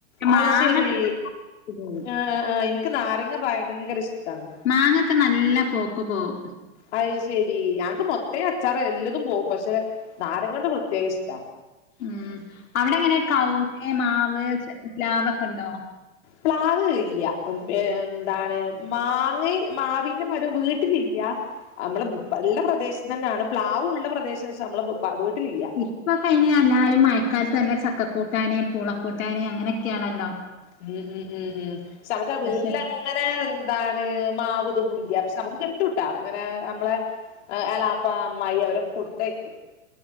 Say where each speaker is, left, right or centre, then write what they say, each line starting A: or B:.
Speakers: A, on the left; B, on the left.
A: അത്
B: മാങ്ങ
A: ശരി
B: ഒക്കെ പോകും.
A: ആഹ് ആഹ് എനി നിക്ക് നാരങ്ങ ഭയങ്കര ഇഷ്ട്ടണ്
B: മാങ്ങൊക്കെ നല്ല പോക്ക് പോവും
A: അത്ത് ശരി ഞങ്ങക്ക് മൊത്തേ അച്ചാറ എല്ലതും പോവും പക്ഷെ നാരങ്ങണ്ട് പ്രത്യേക ഇഷ്ട്ട
B: ഉം അവിടെങ്ങനെ കൗങ് മാവ് ച പ്ലാവ് ഒക്കെ ഉണ്ടോ
A: പ്ലാവ് ഇല്ല എന്താണ് മാങ്ങ മാവിൻ്റെ മരം വീട്ടിലില്ല്യ നമ്മള് ഉള്ള പ്രദേശം തന്നെയാണ് പ്ലാവും ഉള്ള പ്രദേശം പക്ഷെ നമ്മള് വീട്ടിലില്ല
B: ഇപ്പൊ കഴിഞ്ഞ എല്ലാവരും മയക്കാല തന്നെ ചക്കക്കൂട്ടാന് പൂളക്കൂട്ടാനി അങ്ങനെയൊക്കെയാണല്ലോ
A: ഉം ഉം ഉം ഉം ക്ഷേ നമുക്ക്ത്
B: സ്പെഷ്യൽ
A: വീട്ടില അങ്ങനെ എന്താണ് മാവ്തൊന്നും ഇല്ല പക്ഷെ നമുക്ക് കിട്ടുട്ടാ അങ്ങനെ നമ്മളെ അലാപ്പ അമ്മായി അവരെ കൊടുത്തയ്ക്കും